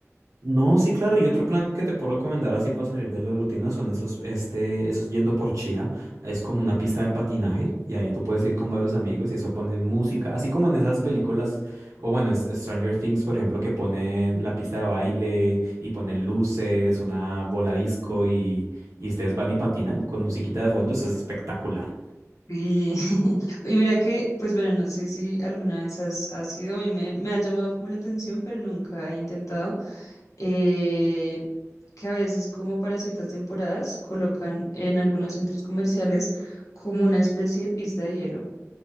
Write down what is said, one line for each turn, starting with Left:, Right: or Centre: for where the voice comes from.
Right: No, sí, claro. Y otro plan que te puedo recomendar así para salir de la rutina son esos, este, esos yendo por Chía. Es como una pista de patinaje y ahí tú puedes ir con varios amigos y eso ponen música, así como en esas películas, o bueno, en S- Stranger Things, por ejemplo, que ponen la pista de baile y ponen luces, una bola disco y, y ustedes van y patinan con musiquita de fondo. Eso es espectacular.
Left: Y, <laughs> y mira que, pues bueno, no sé si alguna vez has, has sido, a mí me, me ha llamado como la atención, pero nunca he intentado, eh, que a veces como para ciertas temporadas colocan en algunos centros comerciales como una especie de pista de hielo.